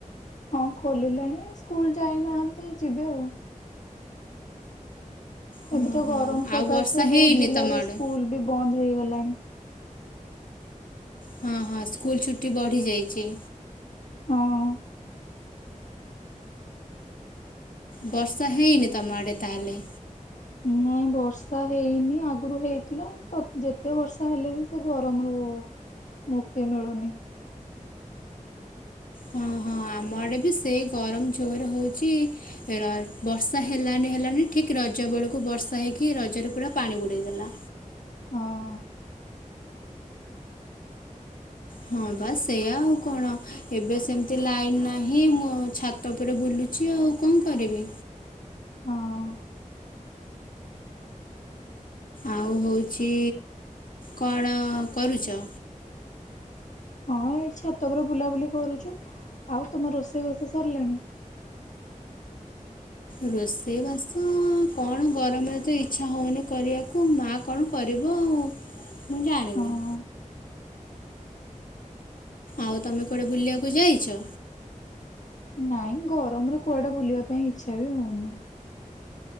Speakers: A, on the left (about 65°); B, on the left (about 85°).
A: ହଁ ଖୋଲିଲାଣି, ସ୍କୁଲ ଯାଇନାହାନ୍ତି ଯିବେ ଆଉ।
B: ହଁ
A: ଏବେ ତ
B: ହଁ
A: ଗରମ ସକାଶେ
B: ଆଉ ବର୍ଷା
A: ବହୁତ
B: ହେଇନି
A: ଜିଲ୍ଲାରେ
B: ତମ ଆଡ଼େ
A: ସ୍କୁଲ ବି ବନ୍ଦ ହେଇଗଲାଣି।
B: ହଁ ହଁ, ସ୍କୁୁଲ ଛୁଟି ବଢ଼ିଯାଇଛି।
A: ହଁ।
B: ବର୍ଷା ହେଇନି ତମ ଆଡ଼େ ତାହେଲେ।
A: ନାଇଁ ବର୍ଷା ହେଇନି, ଆଗରୁ ହେଇଥିଲା, ତ ଯେତେ ବର୍ଷା ହେଲେ ବି ସେ ଗରମ ର ମୁକ୍ତି ମିଳୁନି।
B: ହଁ ହଁ ଆମଆଡ଼େ ବି ସେଇ ଗରମ ଜୋରେ ହଉଚି। ର ବର୍ଷା ହେଲାନି ହେଲାନି, ଠିକ୍ ରଜ ବେଳକୁ ବର୍ଷା ହେଇକି, ରଜରେ ପୁରା ପାଣି ବୁଡେଇ ଦେଲା।
A: ହଁ।
B: ହଁ ପା ସେଇୟା ଆଉ କଣ? ଏବେ ସେମିତି ଲାଇନ ନାହିଁ, ମୁଁ ଛାତ ଉପରେ ବୁଲୁଚି ଆଉ କଣ କରିବି?
A: ହଁ।
B: ଆଉ ହଉଚି କଣ କରୁଚ?
A: ହଁ ଏଇଠି ଛାତ ଉପରେ ବୁଲାବୁଲି କରୁଚୁ, ଆଉ ତମ ରୋଷେଇ ବାସ ସରିଲାଣି?
B: ରୋଷେଇବାସ, କଣ ଗରମରେ ତ ଇଛା ହଉନି କରିବାକୁ, ମାଆ କଣ କରିବ ଆଉ, ମୁଁ ଜାଣିନି।
A: ହଁ
B: ଆଉ ତମେ କୁଆଡେ ବୁଲିବାକୁ ଯାଇଚ?
A: ନାଇଁ ଗରମରେ କୁଆଡେ ବୁଲିବା ପାଇଁ ଇଛା ବି ହଉନି।